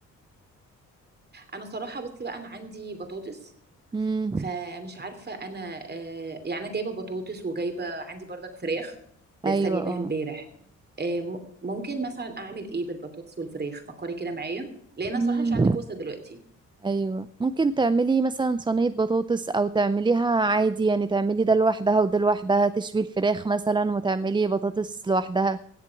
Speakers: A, on the right; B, on the right.
A: انا صراحه بصي بقى انا عندي بطاطس
B: امم
A: فمش عارفه انا آه يعني انا جايبه بطاطس وجايبه عندي بردك فراخ لسه
B: ايوه
A: جايباها
B: اه
A: امبارح آه م- ممكن مثلا اعمل ايه بالبطاطس والفراخ فكري كده معايا لان انا
B: امم
A: صراحه مش عندي كوسه دلوقتي
B: ايوه ممكن تعملي مثلا صينية بطاطس او تعمليها عادي يعني تعملي ده لوحدها وده لوحدها تشوي الفراخ مثلا وتعملي بطاطس لوحدها